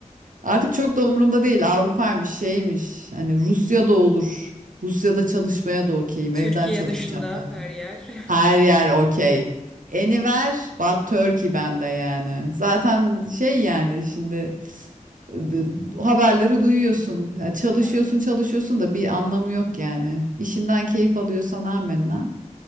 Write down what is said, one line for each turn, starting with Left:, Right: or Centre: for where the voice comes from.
Right: Artık çok da umurumda değil Avrupa'ymış şeymiş hani Rusya'da olur. Rusya'da çalışmaya da okeyim
Centre: Türkiye
Right: evden çalışacağım
Centre: dışında
Right: zaten.
Centre: her yer.
Right: Her
Centre: <laughs>
Right: yer okey. Anywhere but Turkey bende yani. Zaten şey yani şimdi e, haberleri duyuyorsun. Ya çalışıyorsun
Centre: Evet.
Right: çalışıyorsun da bir anlamı yok yani. İşinden keyif alıyorsan amenna.